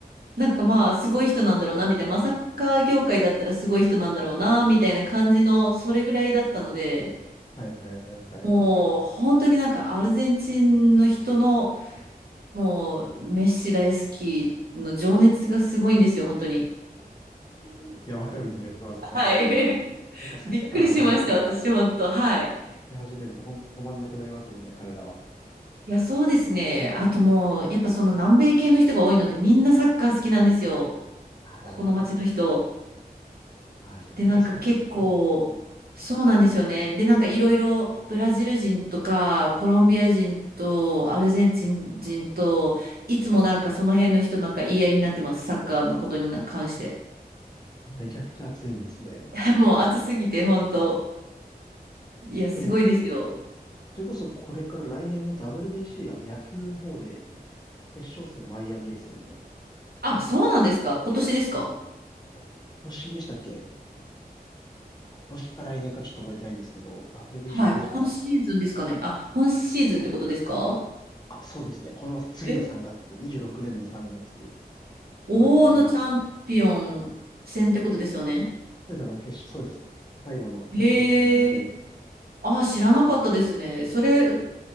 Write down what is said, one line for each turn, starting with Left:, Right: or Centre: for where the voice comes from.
Right: なんかまあ、すごい人なんだろうな、みたいな。まあ、サッカー業界だったらすごい人なんだろうな、みたいな感じの、それぐらいだったので、
Left: はいはいはいはい。
Right: もう、本当になんかアルゼンチンの人の、もう、メッシ大好きの情熱がすごいんですよ、本当に。
Left: いや、わかる気がします。なんかもう、
Right: はい。<laughs>
Left: なんかサッカーの話とか
Right: びっくりしました、私、本当。はい。
Left: し始めると本当止まんなくなりますもんね、彼らは。
Right: いや、そうですね。あともう、やっぱその南米系の人が多いので、みんなサッカー好きなんですよ。
Left: ああ、なるほどなるほど。
Right: ここの街の人。
Left: ああ、じゃあ結構サッカー熱、
Right: で、なんか結構、そうなんですよね。で、なんかいろいろブラジル人とか、コロンビア人と、アルゼンチン人と、いつもなんかその辺の人なんか言い合いになってます。サッカーのことに関して。
Left: めちゃくちゃ熱いんですね。
Right: <laughs> もう暑すぎて、本当。いや、すごいですよ。
Left: でもそれこそこれから来年の WBC、あの野球の方で決勝戦マイアミですよね。
Right: あ、そうなんですか。今年ですか。
Left: えっと、今年でしたっけ今年か来年かちょっと覚えてないんですけど、WBC
Right: はい。
Left: 確か、
Right: 今シーズンですかね。あ、今シーズンってことですか。
Left: あ、そうですね。この次の3月、
Right: え
Left: 26年の3月、
Right: 大のチャンピオン戦ってことですよね。
Left: マイアミです。そうですね、あの、決勝、そうです。最後の決勝戦だけですね。
Right: へえ。ああ、知らなかったですね。それ、